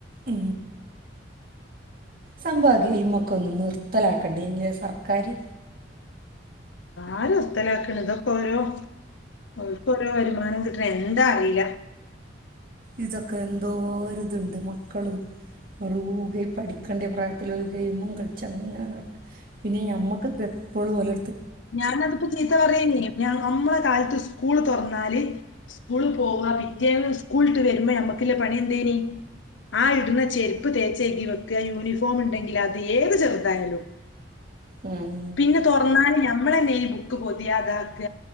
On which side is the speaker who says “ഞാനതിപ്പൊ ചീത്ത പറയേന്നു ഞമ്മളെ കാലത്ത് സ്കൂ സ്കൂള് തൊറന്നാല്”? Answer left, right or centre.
Left